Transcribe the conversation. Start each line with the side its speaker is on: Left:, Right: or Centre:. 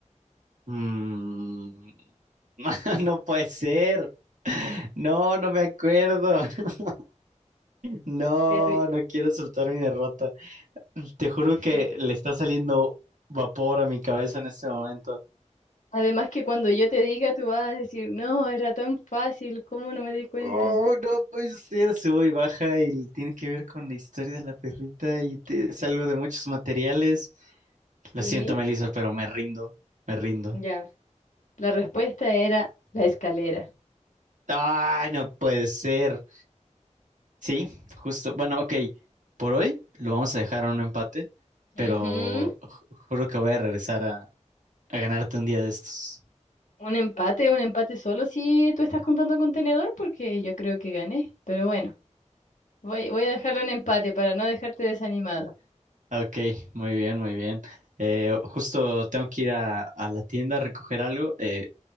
Right: Mm. <laughs> No puede ser. No, no me acuerdo. <laughs> No,
Left: Terri-
Right: no quiero aceptar mi derrota. Te juro que
Left: sí.
Right: le está saliendo vapor a mi cabeza en este momento.
Left: Además que cuando yo te diga, tú vas a decir, no, era tan fácil, ¿cómo no me di cuenta?
Right: Oh, no puede ser. Subo y baja y tiene que ver con la historia de la perrita y te, es algo de muchos materiales. Lo
Left: Sí.
Right: siento, Melissa, pero me rindo, me rindo.
Left: Ya. La respuesta era la escalera.
Right: Ay, no puede ser. Sí, justo. Bueno, ok. Por hoy lo vamos a dejar a un empate,
Left: Ujú.
Right: pero ju- juro que voy a regresar a, a ganarte un día de estos.
Left: Un empate, un empate solo si tú estás contando con tenedor, porque yo creo que gané. Pero bueno, voy, voy a dejarlo en empate para no dejarte desanimado.
Right: Ok, muy bien, muy bien. Eh, justo tengo que ir a, a la tienda a recoger algo. Eh,